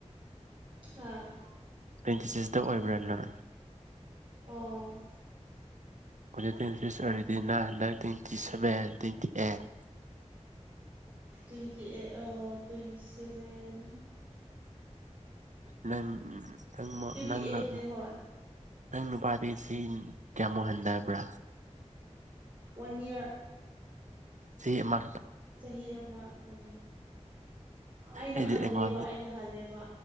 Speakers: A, on the right; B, on the right.
A: ꯑ
B: ꯇ꯭ꯋꯦꯟꯇꯤ ꯁꯤꯛꯁꯇ ꯑꯣꯏꯕ꯭ꯔꯥꯅꯔ
A: ꯑꯣ
B: ꯑꯩꯗ ꯇ꯭ꯋꯦꯟꯇ꯭ꯁ ꯑꯣꯏꯔꯗꯤ nine hundred twenty seven twenty eight
A: twenty eight ꯑꯣ ꯇ꯭ꯋꯦꯟꯇꯤ ꯁꯚꯦꯟ
B: ꯅꯪ ꯅꯪ
A: ꯇ꯭ꯋꯦꯟꯇꯤ
B: ꯅꯪꯅ
A: ꯑꯩꯠꯅꯦ ꯍꯣꯏ
B: ꯅꯪꯅ ꯁꯤ ꯀꯃꯣ ꯍꯦꯟꯗꯥꯕ
A: ꯋꯥꯟꯌꯥ
B: ꯁꯤ ꯑꯃ
A: ꯆꯍꯤꯔꯃ ꯎꯝ ꯑꯩꯅ
B: ꯑꯩꯗꯤ
A: ꯍꯜꯂꯦꯕ
B: ꯑꯩꯉꯣꯟꯗ
A: ꯑꯩꯅ ꯍꯜꯂꯦꯕ